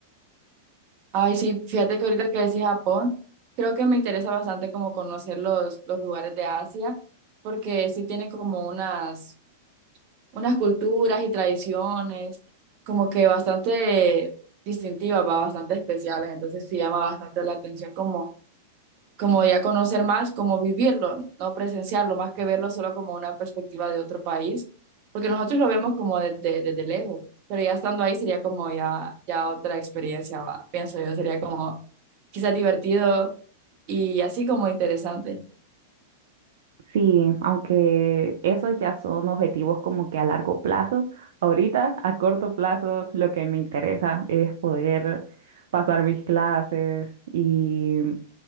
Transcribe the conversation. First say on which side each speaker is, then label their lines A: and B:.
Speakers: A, on the right; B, on the right.
A: Ay, sí, fíjate que ahorita que decís Japón, creo que me interesa bastante como conocer los, los lugares de Asia, porque sí tienen como unas unas culturas y tradiciones como que bastante distintivas, va, bastante especiales, entonces sí llama bastante la atención como, como ya conocer más, como vivirlo, no presenciarlo, más que verlo solo como una perspectiva de otro país, porque nosotros lo vemos como desde, desde lejos, pero ya estando ahí sería como ya, ya otra experiencia, va, pienso yo, sería como quizás divertido y así como interesante.
B: Sí, aunque esos ya son objetivos como que a largo plazo. Ahorita, a corto plazo, lo que me interesa es poder pasar mis clases y